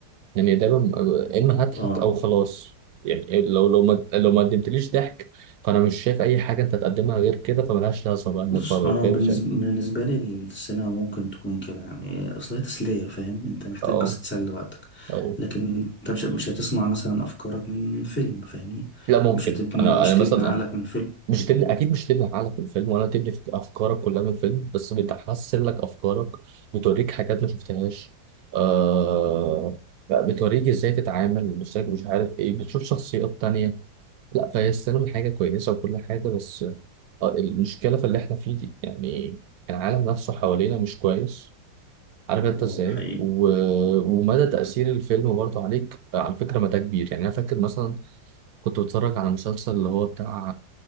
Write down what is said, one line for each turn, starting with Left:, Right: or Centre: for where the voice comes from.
Right: يعني دايما يا اما هضحك
Centre: اه
Right: او خلاص يعني لو لو ما لو ما قدمتليش ضحك فانا مش شايف اي حاجه انت تقدمها غير كده فملهاش لازمه بقى نتفرج
Centre: بص انا
Right: فاهم
Centre: بالنسبه
Right: ازاي؟
Centre: بالنسبه لي السينما ممكن تكون كده يعني اصل هي تسليه فاهم انت محتاج
Right: اه
Centre: بس تسلي وقتك
Right: اه
Centre: لكن انت مش مش هتصنع مثلا افكارك من فيلم فاهمني
Right: لا ممكن
Centre: مش هتبني
Right: انا
Centre: مش
Right: انا مثلا
Centre: هتبني عقلك من فيلم
Right: مش تبني اكيد مش تبني عقلك من الفيلم ولا تبني فك- افكارك كلها من الفيلم بس بتحسن لك افكارك بتوريك حاجات ما شفتهاش آه بتوريك ازاي تتعامل مش مش عارف ايه بتشوف شخصيات تانية لا فهي السينما حاجة كويسة وكل حاجة بس آه المشكلة في اللي احنا فيه دي يعني العالم نفسه حوالينا مش كويس عارف انت
Centre: اه
Right: ازاي
Centre: ده حقيقي
Right: و... ومدى تأثير الفيلم برضه عليك على فكرة مدى كبير يعني انا فاكر مثلا كنت بتفرج على مسلسل اللي هو بتاع